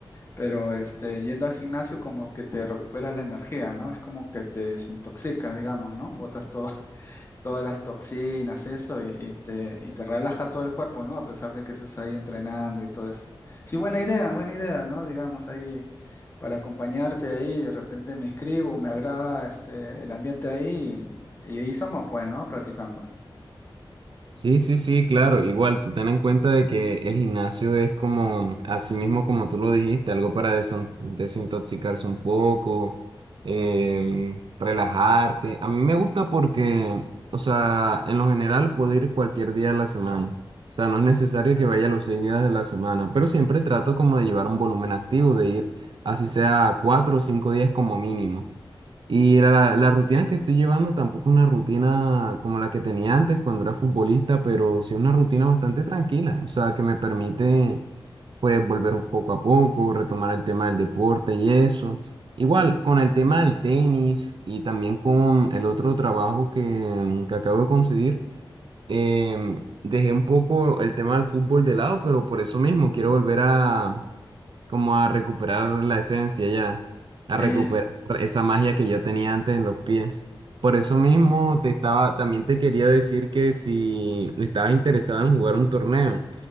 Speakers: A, on the left (about 30°); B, on the right (about 65°).
A: Pero este, yendo al gimnasio como que te recuperas la energía, ¿no? Es como que te desintoxicas, digamos, ¿no? Botas to- <laughs> todas las toxinas, eso, y, y te, y te relaja todo el cuerpo, ¿no? A pesar de que estás ahí entrenando y todo eso. Sí, buena idea, buena idea, ¿no? Digamos, ahí para acompañarte ahí, de repente me inscribo, me agrada este, el ambiente ahí, y ahí somos, pues, ¿no? Practicando.
B: Sí, sí, sí, claro. Igual, tú ten en cuenta de que el gimnasio es como, así mismo como tú lo dijiste, algo para deson- desintoxicarse un poco, em, relajarte. A mí me gusta porque, o sea, en lo general puedo ir cualquier día de la semana. O sea, no es necesario que vaya los seis días de la semana, pero siempre trato como de llevar un volumen activo, de ir así sea cuatro o cinco días como mínimo. Y la, la la rutina que estoy llevando tampoco es una rutina como la que tenía antes cuando era futbolista, pero sí es una rutina bastante tranquila, o sea, que me permite pues volver poco a poco, retomar el tema del deporte y eso. Igual, con el tema del tenis y también con el otro trabajo que, que acabo de conseguir, em, dejé un poco el tema del fútbol de lado, pero por eso mismo quiero volver a como a recuperar la esencia ya, a recuperar
A: Sí,
B: esa magia que yo tenía antes en los pies. Por eso mismo te estaba, también te quería decir que si estabas interesado en jugar un torneo,